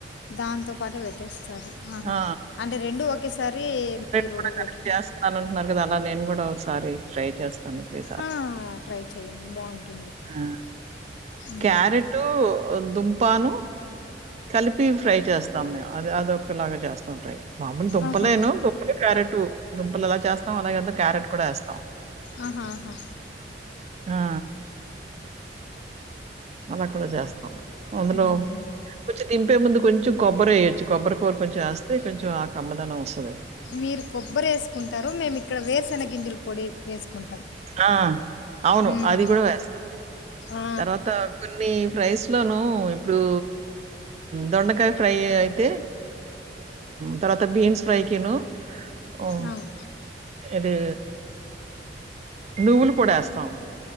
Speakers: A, on the left; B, on the right.
A: దాంతో పాటే పెట్టేస్తారు ఆహా
B: ఆ!
A: అంటే రెండు ఒకేసారి మీరు
B: కనెక్ట్
A: ఉడకబెట్టుకు
B: చేస్తాన అంటున్నారు అలా నేను కూడా ఒకసారి ట్రై చేస్ అందుకే ఈ సారి
A: ఆ ట్రై చేయండి బాగుంటుంది
B: ఆ
A: ఉమ్
B: క్యారెట్ దుంపను కలిపి ఫ్రై చేస్తాం మేము అది అదొక్కలాగా చేస్ స్తం ఫ్రై మామూలు దుంపులేను
A: ఆహా
B: దంపులు క్యారెట్ దుంపలు ఎలా చేస్తాం అలాగేంతా క్యారెట్ కూడా ఎస్తాం
A: ఆహా ఆహా
B: ఆ! అలా కూడా చేస్తాం అందులో
A: ఉమ్
B: కొంచెం దింపే ముందు కొంచెం కొబ్బరి వేయొచ్చు కొబ్బరి కూర కొంచెం వస్తే కొంచం ఆ కమ్మదనం వస్తుంది
A: మీరు కొబ్బరి వేసుకుంటారు మేము ఇక్కడ వేసన గింజల పొడి వేసుకుంటాం
B: ఆ అవును
A: ఉమ్
B: అది కూడా వేస్తాం
A: ఆ
B: తర్వాత కొన్ని ఫ్రైస్లోను ఇప్పుడు దొండకాయ ఫ్రై అయితే తర్వాత బీన్స్ ఫ్రైకిను ఆఓ
A: అవును
B: అది నువ్వులు పోడి ఎస్తాం